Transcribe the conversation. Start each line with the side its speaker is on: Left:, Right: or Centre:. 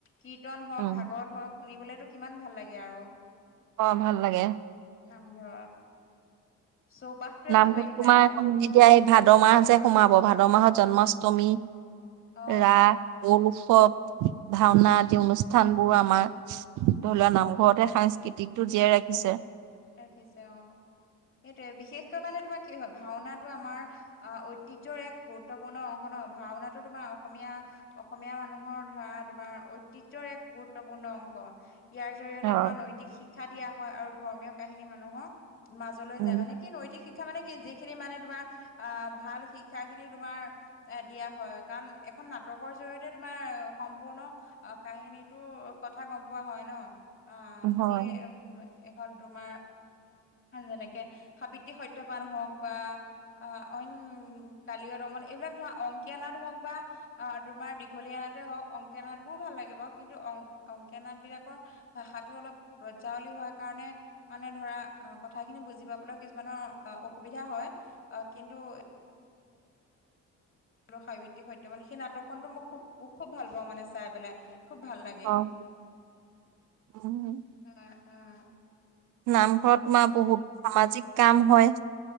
Left: কীৰ্তন হওক
Right: উম
Left: ভাগৱত হওক শুনিবলেতো কিমান ভাল লাগে আৰু।
Right: অ' ভাল লাগে।
Left: নামঘৰ চৌপাশটোৱে
Right: নামঘৰত
Left: ভাল লাগি
Right: তোমাৰ
Left: যায় ন'।
Right: এখন এতিয়া এই ভাদ মাহ যে সোমাব, ভাদ মাহত জন্মাষ্টমী।
Left: অ
Right: ৰাস, দৌল উৎসৱ, ভাওনা আদি অনুষ্ঠান বোৰ আমাৰ। ধৰি লোৱা নামঘৰতে সাংস্কৃতিকটো জীয়াই ৰাখিছে।
Left: ৰাখিছে অ' সেইটোৱে বিশেষকৈ মানে তোমাৰ কি হয় ভাওনাটো আমাৰ অ', ঐতিহ্যৰ এক গুৰুত্বপূৰ্ণ অংশ ন' ভাওনাটো তোমাৰ অসমীয়া অসমীয়া মানুহৰ ধৰা তোমাৰ ঐতিহ্যৰ এক গুৰুত্বপূৰ্ণ অংশ। ইয়াৰ জৰিয়তে
Right: হয়
Left: তোমাৰ নৈতিক শিক্ষা দিয়া হয় আৰু ধৰ্মীয় কাহিনী মানুহক। মাজলৈ
Right: উম
Left: যায় মানে কি নৈতিক শিক শিক্ষা মানে কি যিখিনি মানে তোমাৰ আ ভাল শিক্ষা খিনি তোমাৰ এ দিয়া হয়, কাৰণ এখন নাটকৰ জৰিয়তে তোমাৰ সম্পূৰ্ণ। অ', কাহিনীটো কথা গম পোৱা হয় ন', অ',
Right: হয়
Left: যিয়ে উম এখন। তোমাৰ যেনেকে সাৱিত্ৰী সত্যবান হওঁক বা অ', অইন কালিয় দমন এইবিলাক ধৰা অংকীয়া নাট হওক বা, অ', তোমাৰ দীঘলীয়া নাটে হওক অংকীয়া নাট বোৰো ভাল লাগে বাৰু, কিন্তু অং অংকীয়া নাট বিলাকৰ ভাষাটো অলপ ব্ৰজাৱলী হয় কাৰণে। মানে ধৰা কথাখিনি বুজি পাবলৈ কিছুমানৰ অসুবিধা হয় অ' কিন্তু। আৰু সাৱিত্ৰী সত্যবান সেই নাটকখনটো মোৰ খুব খুব ভাল পাওঁ মানে চাই পেলাই, খুব ভাল লাগে।
Right: অ', উম।
Left: উম, উম।
Right: নামঘৰত তোমাৰ বহুত সামাজিক কাম হয়।